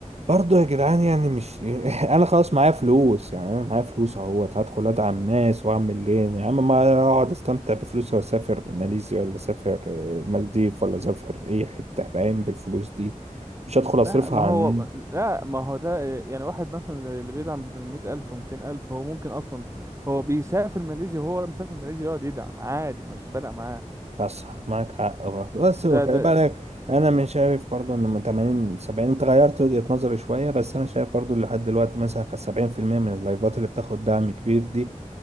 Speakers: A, on the right (about 55°); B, on the right (about 20°).
A: برضه يا جدعان يعني مش <laughs> انا خلاص معايا فلوس يعني انا معايا فلوس اهوت هدخل ادعم ناس واعمل ايه يا عم ما اقعد استمتع بفلوسي واسافر ماليزيا ولا اسافر آه، مالديف ولا اسافر اي حتة فاهم بالفلوس دي مش هدخل اصرفها
B: لا ما
A: على
B: هو
A: الناس
B: لا ما هو ده يعني واحد مثلا زي اللي بيدعم بالمية ألف ومتين ألف هو ممكن أصلا هو بيسافر ماليزيا وهو ولا مسافر ماليزيا يقعد يدعم عادي مش فارقة معاه
A: صح معاك حق برضه بس هو
B: ده
A: خلي
B: ده
A: بالك انا مش شايف برضه ان من 80 70 انت غيرت وجهة نظري شوية بس انا شايف برضه لحد دلوقتي مثلا 70% من اللايفات اللي بتاخد دعم كبير دي